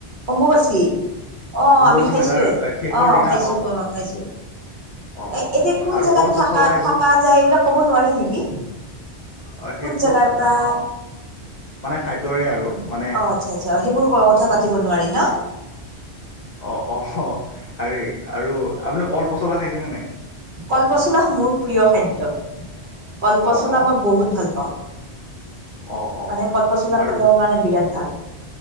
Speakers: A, on the right; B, on the left.
A: অম্বুবাচী অ',
B: অম্বুবাচী
A: আমি খাইছোয়ে
B: মেলাৰ শেষৰ
A: অ',
B: দিনা
A: খাইছো অ', খাইছো।
B: অ
A: এ
B: অ
A: এতিয়া কোন
B: আৰু
A: জেগাত
B: কল পচলা
A: থাকা
B: এইবোৰ
A: থাকা যায়, এইবিলাক ক'ব নোৱাৰি নেকি?
B: আ, সেই
A: জাগাৰ পাৰা অ',
B: খাদ্যৰে আৰু মানে
A: আচ্ছা আচ্ছা সেইবোৰ কথা পাতিব নোৱাৰি ন
B: অ', অ', অ', আৰে আৰু আপুনি কল পচলা খাইছেনে নাই?
A: কলপচলা মোৰ প্ৰিয় খাদ্য কলপচলা
B: অ অ
A: মই বহুত ভাল পাওঁ।
B: অ অ
A: মানে কল পচলা
B: আৰু
A: পেতৰ কাৰণে বিৰাট ভাল।